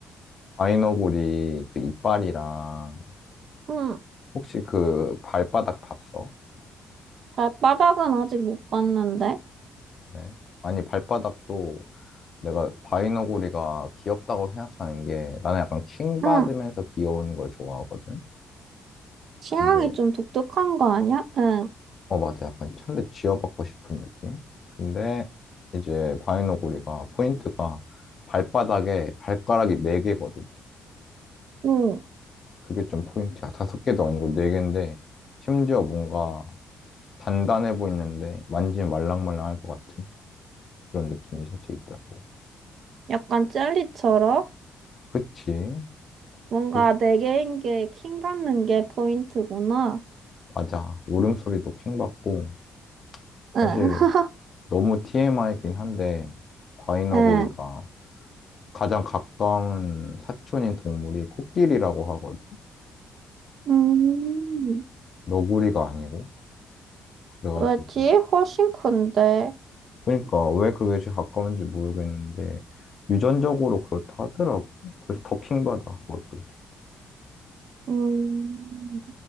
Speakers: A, on the left; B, on the right.
A: 바이너구리 그 이빨이랑
B: 응,
A: 혹시 그 발바닥 봤어?
B: 발바닥은 아직 못 봤는데.
A: 네. 아니, 발바닥도 내가 바이너구리가 귀엽다고 생각하는 게 나는 약간 킹 받으면서
B: 응.
A: 귀여운 걸 좋아하거든.
B: 취향이
A: 근데
B: 좀 독특한 거 아니야? 응.
A: 어 맞아 약간 찬데 쥐어받고 싶은 느낌. 근데 이제 바이너구리가 포인트가 발바닥에 발가락이 네 개거든.
B: 응.
A: 그게 좀 포인트야. 다섯 개도 아니고 네 개인데 심지어 뭔가 단단해 보이는데 만지면 말랑말랑할 것 같은 그런 느낌이 살짝 있더라고.
B: 약간 젤리처럼?
A: 그치?
B: 뭔가
A: 그-
B: 내 개인 게 킹 받는 게 포인트구나.
A: 맞아. 울음소리도 킹 받고
B: 응.
A: 사실.
B: <laughs>
A: 너무 TMI긴 한데 바이너구리가
B: 응.
A: 가장 가까운 사촌인 동물이 코끼리라고 하거든.
B: 음,
A: 너구리가 아니고 그래가지고
B: 왜지? 훨씬 큰데.
A: 그러니까 왜 그게 제일 가까운지 모르겠는데 유전적으로 그렇다 하더라고. 그래서 더 킹받아 그것도
B: 음,